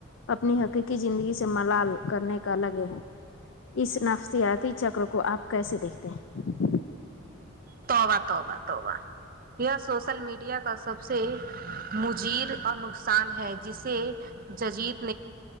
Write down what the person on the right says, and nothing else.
توبا توبا توبا یہ سوشل میڈیا کا سب سے مجیر اور نقصان ہے جس سے ججید